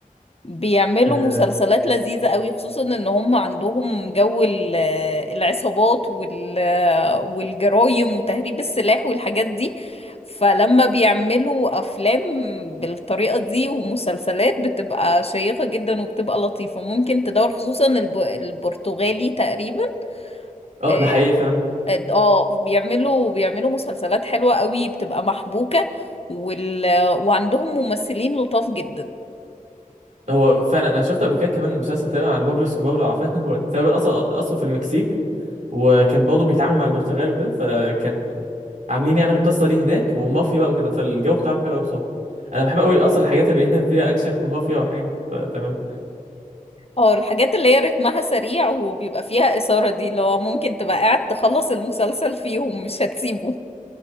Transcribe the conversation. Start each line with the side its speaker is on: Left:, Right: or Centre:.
Left: بيعملوا
Right: اه
Left: مسلسلات لذيذة قوي خصوصا ان هم عندهم جو ال- العصابات وال والجرايم وتهريب السلاح والحاجات دي فلما بيعملوا افلام بالطريقة دي ومسلسلات بتبقى شيقة جدا وبتبقى لطيفة ممكن تدور خصوصا الب... البرتغالي تقريبا
Right: آه،
Left: اه
Right: ده حقيقي فعلا
Left: آه، آه، بيعملوا بيعملوا مسلسلات حلوة قوي بتبقى محبوكة وال... وعندهم ممثلين لطاف جدا
Right: هو فعلا انا شفت قبل كده كمان مسلسل تابع على بابلو اسكوبار لو عارفه <laughs> هو تقريبا اصلا اصله في المكسيك وكان برضه بيتعامل مع البرتغال وكده فكان عاملين يعني القصه دي هناك ومافيا بقى وكده فالجو بتاعهم حلو قوي بصراحه انا بحب قوي اصلا الحاجات اللي هي <laughs> فيها اكشن ومافيا والحاجات دي فتمام
Left: اه الحاجات اللي هي رتمها سريع وبيبقى فيها إثارة دي اللي هو ممكن تبقى قاعد تخلص المسلسل فيهم مش هتسيبه